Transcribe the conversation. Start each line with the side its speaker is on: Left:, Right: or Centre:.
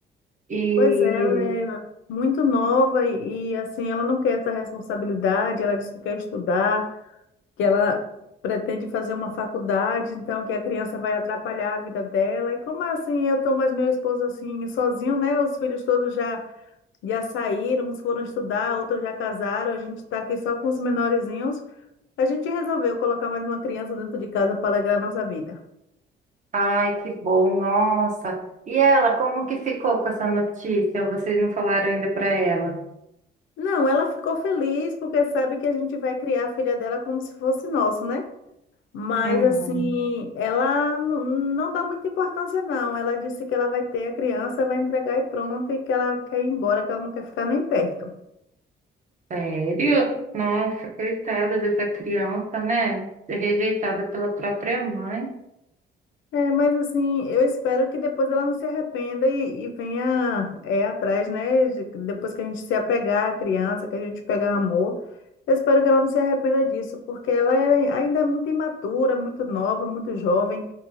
Right: E
Left: pois é, ela é muito nova e, e, assim, ela não quer essa responsabilidade, ela diz que quer estudar, que ela pretende fazer uma faculdade, então que a criança vai atrapalhar a vida dela. E como assim, eu tô mais meu esposo assim, sozinho, né? Os filhos todos já já saíram, uns foram estudar, outros já casaram, a gente tá aqui só com os menorzinhos. A gente resolveu colocar mais uma criança dentro de casa para alegrar nossa vida.
Right: Ai, que bom, nossa. E ela, como que ficou com essa notícia? Vocês não falaram ainda para ela?
Left: Não, ela ficou feliz porque sabe que a gente vai criar a filha dela como se fosse nosso, né? Mas
Right: Uhum.
Left: assim, ela n- não dá muita importância, não. Ela disse que ela vai ter a criança, vai entregar e pronto, e que ela quer ir embora, que ela não quer ficar nem perto.
Right: Sério? Nossa, coitada dessa criança, né? Rejeitada pela própria mãe.
Left: É, mas assim, eu espero que depois ela não se arrependa e, e venha é, atrás, né? de- Depois que a gente se apegar à criança, que a gente pegar amor, eu espero que ela não se arrependa disso, porque ela é- ainda é muito imatura, muito nova, muito jovem,